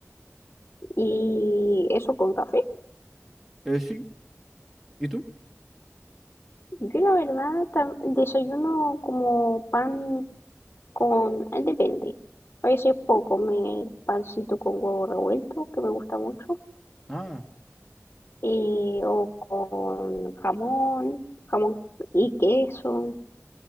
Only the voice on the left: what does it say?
¿y eso con café?
Yo la verdad tam- desayuno como pan Con, eh, depende. A veces puedo comer pancito con huevo revuelto, que me gusta mucho,
eh, o con jamón, jamón y queso,